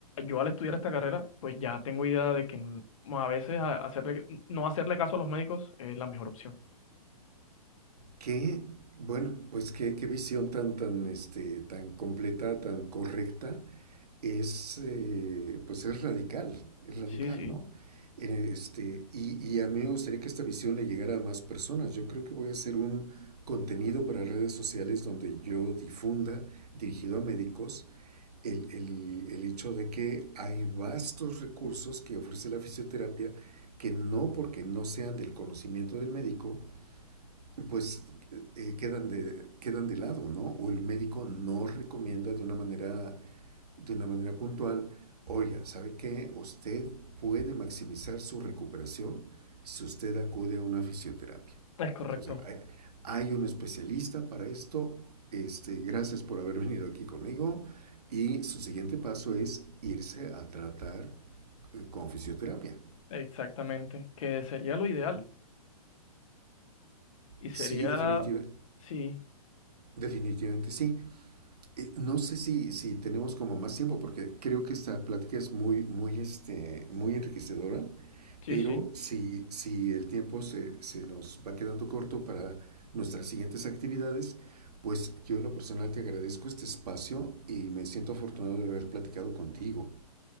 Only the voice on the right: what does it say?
Qué, bueno, pues qué, qué visión tan, tan, este, tan completa, tan correcta. Es, eh, pues es radical, es radical,
¿no? En Este, y, y a mí me gustaría que esta visión le llegara a más personas. Yo creo que voy a hacer un contenido para redes sociales donde yo difunda, dirigido a médicos, el, el el hecho de que hay vastos recursos que ofrece la fisioterapia que no porque no sean del conocimiento del médico, pues eh, quedan, de, quedan de lado, ¿no? O el médico no recomienda de una manera, de una manera puntual, oiga, ¿sabe qué? Usted puede maximizar su recuperación si usted acude a una fisioterapia.
O sea, hay, hay un especialista para esto. Este, gracias por haber venido aquí conmigo. Y su siguiente paso es irse a tratar eh, con fisioterapia.
Sí, definitiva-
definitivamente sí. Eh, No sé si, si tenemos como más tiempo, porque creo que esta plática es muy, muy, este, muy enriquecedora,
pero
si, si el tiempo se, se nos va quedando corto para nuestras siguientes actividades, pues yo en lo personal te agradezco este espacio y me siento afortunado de haber platicado contigo.